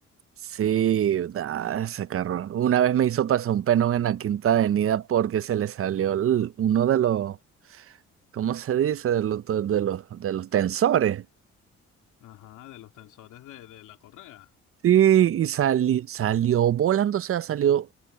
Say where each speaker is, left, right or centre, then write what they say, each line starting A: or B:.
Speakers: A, on the right; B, on the left.
A: Sí, da, ese carro. Una vez me hizo pasar un penón en la Quinta Avenida porque se le salió el- uno de los, ¿cómo se dice? De los, de los, de los tensores.
B: Ajá, de los tensores de, de la correa.
A: Sí, y sali- salió volando, o sea, salió,